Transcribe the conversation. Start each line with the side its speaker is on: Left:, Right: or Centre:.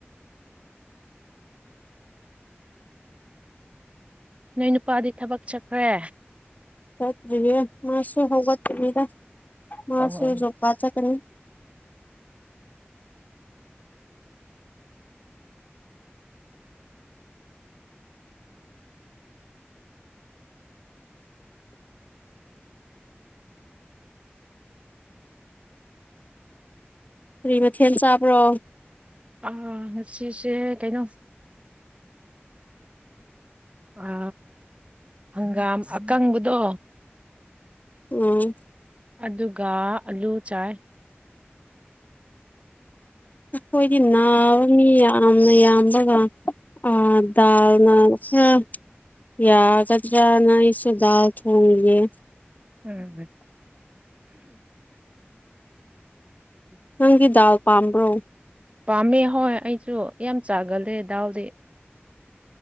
Right: ꯅꯣꯏ ꯅꯨꯄꯥꯗꯤ ꯊꯕꯛ ꯆꯠꯈ꯭ꯔꯦ
Left: ꯆꯠꯇ꯭ꯔꯤꯌꯦ ꯃꯥꯁꯨ ꯍꯧꯒꯠꯇ꯭ꯔꯤꯗ ꯃꯥꯁꯨ
Right: ꯑꯣ
Left: ꯖꯣꯕ ꯀꯥꯗ ꯆꯠꯀꯅꯤ ꯀꯔꯤ ꯃꯊꯦꯜ ꯆꯥꯕ꯭ꯔꯣ
Right: ꯎꯝ ꯉꯁꯤꯁꯦ ꯀꯩꯅꯣ ꯑ ꯍꯪꯒꯥꯝ ꯑꯀꯪꯕꯗꯣ
Left: ꯎꯝ
Right: ꯑꯗꯨꯒ ꯑꯥꯂꯨ ꯆꯥꯏ
Left: ꯑꯩꯈꯣꯏꯗꯤ ꯅꯥꯕ ꯃꯤ ꯌꯥꯝꯅ ꯌꯥꯝꯕꯒ ꯑ ꯗꯥꯜꯅ ꯈꯔ <unintelligible> ꯌꯥꯒꯗ꯭ꯔ ꯅꯪꯢꯁꯨ ꯗꯥꯜ ꯊꯣꯡꯏ
Right: ꯎꯝ <inaudible>
Left: ꯅꯪꯢꯒꯤ ꯗꯥꯜ ꯄꯥꯝꯕ꯭ꯔꯣ
Right: ꯄꯥꯝꯃꯦ ꯍꯣꯏ ꯑꯩꯁꯨ ꯌꯥꯝ ꯆꯥꯒꯜꯂꯦ ꯗꯥꯎꯗꯤ